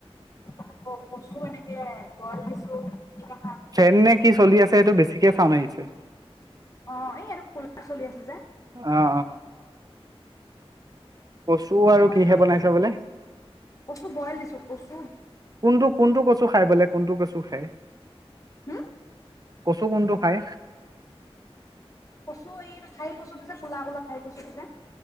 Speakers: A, on the left; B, on the right.
A: আকৌ কচু এনেকে বইল দিছো পিটিকা খাম
B: ফেন নে কি চলি আছে সেইটো বেছিকে চাওন্দ আহিছে
A: অ এই এইটো কোলাৰ চলি আছে যে
B: অ অ কচু
A: থাকিবই
B: আৰু কিহে
A: নোৱাৰি
B: বনাইছা বোলে
A: কচু বইল দিছো কচ
B: কোনটো কোনটো কচু খাই বোলে কোনটো কচু খাই
A: হম
B: কচু কোনটো খাই
A: কচু এই ঠাই কচুটো যে কোলা কোলা ঠাই কচুটো যে